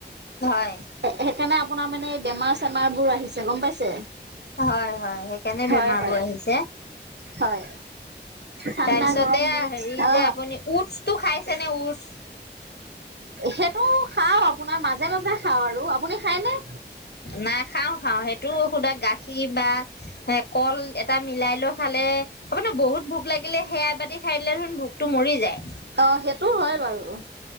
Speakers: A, on the left (about 65°); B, on the right (about 70°).
A: হয়।
B: সে সেইকাণে আপোনাৰ মানে এই বেমাৰ চেমাৰ বোৰ আহিছে, গম পাইছে?
A: হয় হয়, সেইকাণে
B: হয়
A: বেমাৰ
B: হয়
A: বোৰ আহিছে।
B: হয়। ঠাণ্ডা
A: তাৰপিছত
B: গৰম
A: এয়া
B: মিক্স
A: হেৰি
B: অ
A: যে আপুনি উটছটো খাইছেনে উটছ?
B: সেটো খাওঁ আপোনাৰ মাজে মাজে খাওঁ আৰু, আপুনি খাইনে?
A: নাই খাওঁ খাওঁ, সেইটো সোদা গাখীৰ বা- হেঁ কল এটা মিলাই লৈ খালে- আপোনা বহুত ভোক লাগিলে সেয়া এবাতি খাইদিলে দেখোন ভোকটো মৰি যায়।
B: অঁ সেইটো হয় বাৰু,